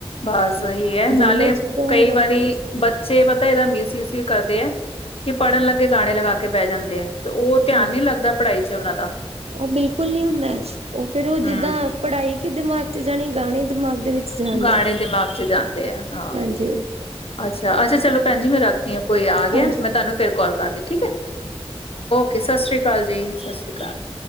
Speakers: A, on the left; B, on the right.
A: ਬਸ ਸਹੀ ਐ ਨਾਲੇ
B: ਦੋਨੋ ਚੀਜ਼ਾਂ
A: ਕਈ
B: ਹੋ ਜਾਂਦੀਆਂ
A: ਵਾਰੀ, ਬ ਬੱਚੇ ਪਤਾ ਇਹਦਾ ਮਿਸ ਯੂਜ ਵੀ ਕਰਦੇ ਆ ਕਿ ਪੜ੍ਹਨ ਲੱਗੇ ਗਾਣੇ ਲਗਾ ਕੇ ਬਹਿ ਜਾਂਦੇ ਆ ਤੇ ਉਹ ਧਿਆਨ
B: ਹਾਂ,
A: ਨੀ ਲੱਗਦਾ ਪੜ੍ਹਾਈ ਚ ਉਹਨਾਂ ਦਾ
B: ਉਹ ਬਿਲਕੁਲ ਨੀ ਹੁੰਦਾ ਉਹ ਫਿਰ ਉਹ
A: ਹੂੰ,
B: ਜਿੱਦਾਂ ਪੜ੍ਹਾਈ ਕਿ ਦਿਮਾਗ ਤੇ ਜਾਣੀ ਗਾਣੇ ਦਿਮਾਗ ਦੇ ਵਿੱਚ ਜਾਣ
A: ਗਾਣੇ
B: ਡੇ
A: ਦਿਮਾਗ 'ਚ ਜਾਂਦੇ ਆ ਹਾਂ।
B: ਹਾਂਜੀ
A: ਅੱਛਾ, ਅੱਛਾ ਚਲੋ ਭੈਣ ਜੀ ਮੈਂ ਰੱਖਦੀ ਆ ਕੋਈ ਆ ਗਿਆ
B: ਹਾਂਜੀ
A: ਮੈਂ ਤੁਹਾਨੂੰ ਫੇਰ ਕਾਲ ਕਰਦੀ ਠੀਕ ਏ। ਓਕੇ ਸਤਿ ਸ੍ਰੀ ਅਕਾਲ ਜੀ, ਸਤਿ ਸ੍ਰੀ ਅਕਾਲ।